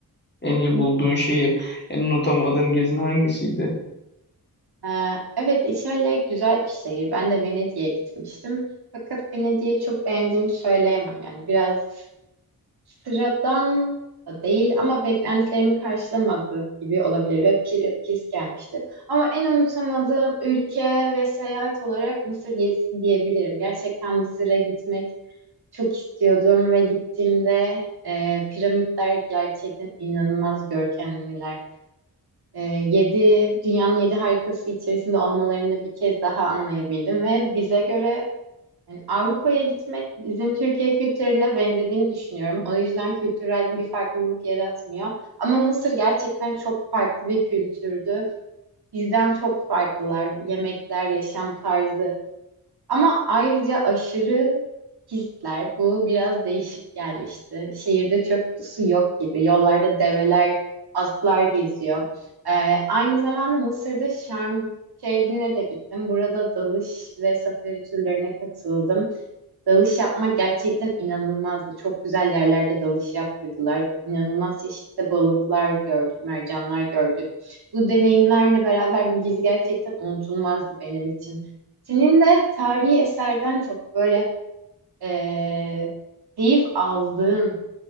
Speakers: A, on the left (about 25°); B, on the right (about 80°).
A: en iyi bulduğun şehir, en unutamadığın gezin hangisiydi?
B: Ee, Evet, İtalya güzel bir şehir. Ben de Venedik'e gitmiştim. Fakat Venedik'i çok beğendiğimi söyleyemem. Yani biraz sıradan da değil ama beklentilerimi karşılamadığı gibi olabilir ve pir- pis gelmişti. Ama en unutamadığım ülke ve seyahat olarak Mısır gezisi diyebilirim. Gerçekten Mısır'a gitmek çok istiyordum ve gittiğimde e, piramitler gerçekten inanılmaz görkemliler e, yedi, dünyanın yedi harikası içerisinde olmalarını bir kez daha anlayabildim ve bize göre yani Avrupa'ya gitmek bizim Türkiye kültürüne benzediğini düşünüyorum. O yüzden kültürel bir farklılık yaratmıyor. Ama Mısır gerçekten çok farklı bir kültürdü. Bizden çok farklılar. Yemekler, yaşam tarzı. Ama ayrıca aşırı hisler bu biraz değişik gelmişti. Şehirde çöp kutusu yok gibi. Yollarda develer, atlar geziyor. Ee, aynı zamanda Mısır'da Şarm şehrine de gittim. Burada dalış ve safari turlarına katıldım. Dalış yapmak gerçekten inanılmazdı. Çok güzel yerlerde dalış yaptırdılar. İnanılmaz çeşitli balıklar gördük, mercanlar gördük. Bu deneyimlerle beraber bu gezi gerçekten unutulmazdı benim için. Senin de tarihi eserden çok böyle eee, keyif aldığın,